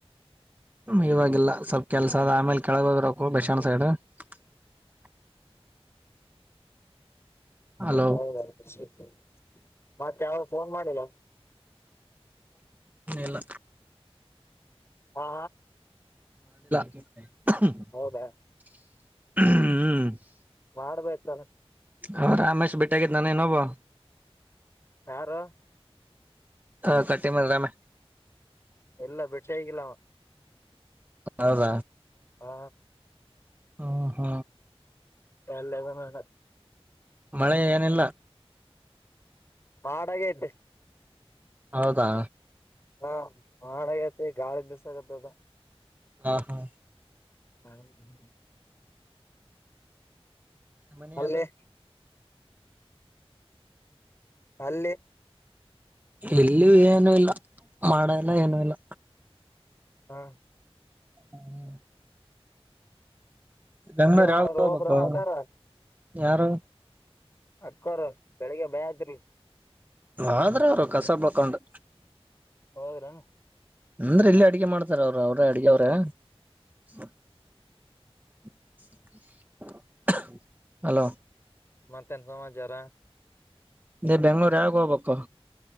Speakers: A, on the right; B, on the left.
A: ಇವಾಗಿವಾಗಿಲ್ಲ ಸ್ವಲ್ಪ ಕೆಲ್ಸ ಅದ ಆಮೇಲೆ ಕೆಳಗೆ ಹೋಗಿ ಬರಬೇಕುಕ ಬಷನ್ ಸೈಡ್. <unintelligible> ಹಲೋ
B: ಹೌದಾ <inaudible> ಮತ್ತವಫೋನ್ ಮಾಡಿಲ್ಲ.
A: ಇಲ್ಲ
B: ಹಾ.
A: <inaudible>
B: ಹೌದಾ
A: ಹ್ಮ್.
B: ಮಾಡ್ಬೇಕ ತಾನೇ.
A: ಹ ರಾಮೇಶ್ ಬೆಟ್ಟಿಗಿದ್ದ್ನ ಇನೊಬ್ಬವ.
B: ಯಾರು.
A: ಹ ಕಟ್ಟಿ ಮನೆ ರಾಮ್ಯ.
B: ಇಲ್ಲ ಬೆಟ್ಟಿ ಆಗಿಲ್ಲವ.
A: ಹೌದ.
B: ಹಾ.
A: ಹ ಹಾ.
B: ಎಲ್ಲೆದನೇನೋ.
A: ಮಳೆ ಏನಿಲ್ಲ.
B: ಮಾಡಾ ಆಗೈತಿ.
A: ಹೌದಾ.
B: ಹಾ ಮಾಡ ಆಗೈತಿ ಗಾಳಿ ಬಿಸಗತದ.
A: ಹಾ ಹಾ.
B: <unintelligible>
A: ನಮ್ಮನೆ
B: ಅಲ್ಲಿ
A: ಅದು.
B: ಅಲ್ಲಿ.
A: ಇಲ್ಲಿ ಏನು ಇಲ್ಲ ಮಾಡ ಎಲ್ಲ ಏನು ಇಲ್ಲ.
B: ಹಾ.
A: ಹ್ಮ್. ಬೆಂಗ್ಗಳೂರು
B: ಏನ್ ಮಾಡೋದು
A: ಯಾವಗ
B: ಹೋದ್ರ
A: ಹೋಗ್ಬೇಕು
B: ಅದಾರ
A: ಯಾರು.
B: ಅಕ್ಕರು ಬೆಳಿಗ್ಗೆ ಭಯದ್ರಿ.
A: ವದ್ರೂ ಅವರು ಕಸ ಬಳಕೊಂಡು.
B: ಹೌದ್ರನು.
A: ಅಂದ್ರ ಇಲ್ಲಿ ಅಡ್ಗೆ ಮಾಡ್ತಾರ ಅವ್ರ ಅವ್ರೇ ಅಡಗೆ ಅವ್ರ. <unintelligible> ಹಲೋ.
B: ಮತ್ತೇನ್ ಸಮಾಚಾರ.
A: ನೀ ಬೆಂಗ್ಳೂರ್ ಯಾವಗ ಹೋಗ್ಬೇಕು.